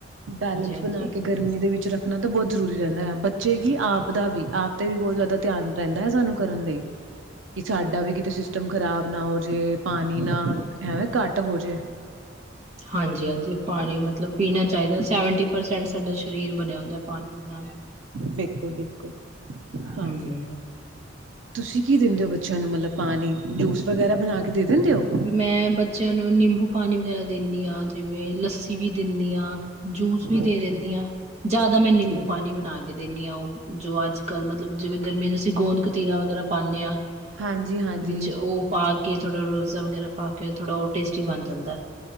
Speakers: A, on the right; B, on the right.
A: ਬੈਲੈਂਸ
B: ਹਾਂਜੀ
A: ਬਣਾ ਕੇ ਗਰਮੀ ਦੇ ਵਿੱਚ ਰੱਖਣਾ ਤਾਂ ਬਹੁਤ ਜ਼ਰੂਰੀ ਰਹਿੰਦਾ ਹੈ ਬੱਚੇ ਕੀ ਆਪ ਦਾ ਵੀ ਆਪ ਤੇ ਵੀ ਬਹੁਤ ਜ਼ਿਆਦਾ ਧਿਆਨ ਰਹਿੰਦਾ ਹੈ ਸਾਨੂੰ ਕਰਨ ਲਈ ਕਿ ਸਾਡਾ ਵੀ ਕਿਤੇ ਸਿਸਟਮ ਖ਼ਰਾਬ ਨਾ ਹੋ ਜਾੇ ਪਾਣੀ ਨਾ ਹੈਵੇਂ ਘੱਟ ਹੋਜੇ
B: ਹਾਂਜੀ ਹਾਂਜੀ ਪਾਣੀ ਮਤਲਬ ਪੀਣਾ ਚਾਹੀਦਾ ਸਵਨ ਪਰਸੈਂਟ ਸਾਡਾ ਸਰੀਰ ਬਣਿਆ ਹੁੰਦਾ ਪਾਣੀ ਨਾਲ
A: ਬਿਲਕੁਲ ਬਿਲਕੁਲ ਹਾਂਜੀ
B: ਹਮ
A: ਤੁਸੀਂ ਕੀ ਦਿੰਦੇ ਹੋ ਬੱਚਿਆਂ ਨੂੰ ਮਤਲਬ ਪਾਣੀ ਜੂਸ ਵਗੈਰਾ ਬਣਾ ਕੇ ਦੇ ਦਿੰਦੇ ਹੋ
B: ਮੈਂ ਬੱਚਿਆਂ ਨੂੰ ਨਿੰਬੂ ਪਾਣੀ ਵਗੈਰਾ ਦਿੰਦੀ ਹਾਂ ਜਿਵੇਂ ਲੱਸੀ ਵੀ ਦਿੰਦੀ ਹਾਂ ਜੂਸ ਵੀ ਦੇ
A: ਓਕੇ
B: ਦਿੰਦੀ ਹਾਂ ਜਿਆਦਾ ਮੈਂ ਨਿੰਬੂ
A: ਠੀਕ
B: ਪਾਣੀ ਬਣਾ ਕੇ ਦਿੰਦੀ ਆ ਉਹ ਜੋ ਅੱਜ ਕੱਲ ਮਤਲਬ <unintelligible> ਜਿਵੇਂ ਗਰਮੀ ਚ ਅਸੀਂ ਗੋਦ ਤੀਰਾ ਵਗੈਰਾ ਪਾਉਂਦੇ ਹਾਂ
A: ਹਾਂਜੀ ਹਾਂਜੀ
B: ਵਿੱਚ ਉਹ ਪਾ ਥੋੜਾ ਰੋਜ਼ ਜ਼ਾ ਵਗੈਰਾ ਪਾ ਕੇ ਥੋੜ੍ਹਾ ਉਹ ਟੇਸਟੀ ਬਣ ਜਾਂਦਾ ਹੈ